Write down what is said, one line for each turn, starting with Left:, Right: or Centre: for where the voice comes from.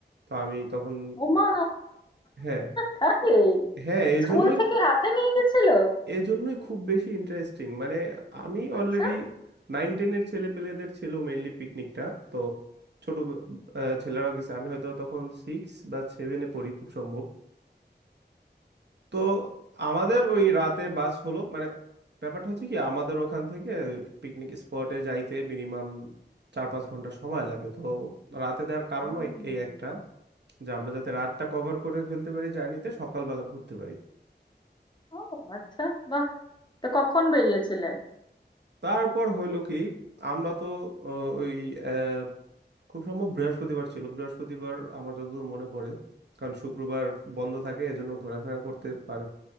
Right: তো আমি তখন
Left: ওমা
Right: হ্যাঁ
Left: তাই
Right: হ্যাঁ এজন্যই
Left: স্কুল থেকে
Right: খু-
Left: হাতে নিয়ে গেছিল
Right: এজন্যই খুব বেশি ইন্টারেস্টিং মানে আমি
Left: আচ্ছা,
Right: অলরেডি নাইন টেনের ছেলে পেলেদের ছিল মেইনলি পিকনিকটা তো ছোট আহ, ছেলেরাও গেছে আমি হয়তো তখন সিক্স বা সেভেনে পড়ি খুব সম্ভব তো আমাদের ওই রাতে বাস হলো মানে ব্যাপারটা হচ্ছে কি আমাদের ওখান থেকে পিকনিক স্পটে যাইতে মিনিমাম চার পাঁচ ঘন্টা সময় লাগে তো রাতে দেওয়ার কারণও
Left: ও
Right: এই এই একটা যে আমরা যাতে রাতটা কভার করে ফেলতে পারি জার্নিতে সকালবেলা ঘুরতে পারি
Left: ও, আচ্ছা বাহ তো কখন বেরিয়েছিলে
Right: তারপর হইলো কি আমরা তো আহ, ওই আহ, খুব সম্ভব বৃহস্পতিবার ছিল বৃহস্পতিবার আমার যতদূর মনে পড়ে কারণ শুক্রবার বন্ধ থাকে এজন্য ঘোরাফেরা করতে পারে